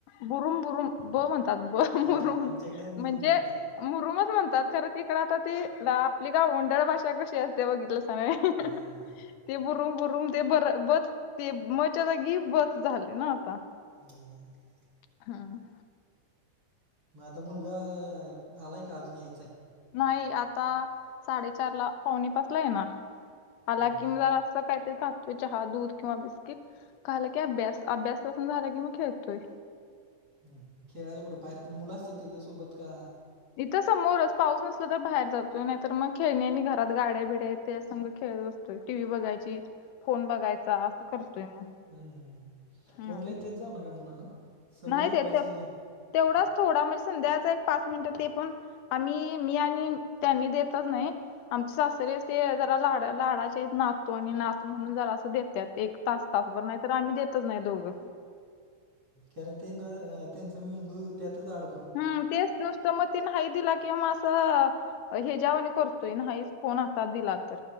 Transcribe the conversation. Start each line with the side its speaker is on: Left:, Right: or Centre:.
Left: बुरुम बुरुम ब म्हणतात ब
Right: हां
Left: बुरुम,
Right: आमच्याकडे मुरुम
Left: म्हणजे
Right: म्हणतात
Left: मुरुमच म्हणतात, खरं तिकडं आता ती आपली गांवडळ होडळ भाषा कशी अस ते बघितलंसा नव्हे.
Right: हां
Left: ते बुरून बुरून ते बर बस तेम च्या जागी बस झालं ना आता.
Right: हम्म.
Left: हम्म हम्म.
Right: मग आता मुलगा आलाय, का अजून यायचाय?
Left: नाही आता साडेचारला, पावणे पाचला येणार. आला
Right: हम्म हम्म
Left: की म जरा असं काही तरी खातोय चहा, दूध किंवा बिस्किट. क आलं की अभ्यास, अभ्यास बसून झाला की मग खेळतोय.
Right: हम्म, खेळायला कुठं बाहेर ते मुलाच असतात तिच्या सोबत का
Left: इथं समोरच पाऊस नसला तर बाहेर जातोय, नाहीतर मग खेळणी आणि घरात गाड्या बिड्या हायत तेज्या संग खेळवत होय टीव्ही बघायची, फोन बघायचा असं करतोय मग.
Right: हम्म हम्म,
Left: हम्म
Right: फोन लाई देत जाऊ नका मुलांना. सवय
Left: नाही
Right: लावायचीच
Left: ते तेव
Right: नाही.
Left: तेवढाच थोडा म्हणजे संध्याकाळचा एक पाच मिनिटं. ते पण आम्ही मी आणि त्यांनी देतच नाही. आमचे सासरीे ते जरा लाड लाडाचे नातो आणि नात म्हणून जरा असं देत्यात. एक तास तासभर, नाही तर आम्ही देतच नाही दोघं.
Right: कारण ते ना त्यांचा मी मेंदू त्यातच आड
Left: हम्म तेच नुसतं मग ते नाही दिला की मग असं ह्याचा वाणी करतोय नाहीच. फोन आता दिला तर.